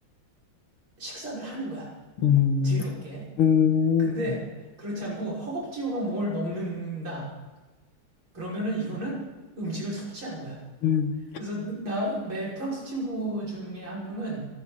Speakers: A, on the right; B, on the left.
A: 식사를 하는 거야.
B: 음,
A: 즐겁게.
B: 음,
A: 근데 그렇지 않고 허겁지겁 뭘 먹는다. 그러면은 이거는 음식을 섭취한 거야.
B: 음.
A: 그래서 나, 내 프랑스 친구 중에 한 명은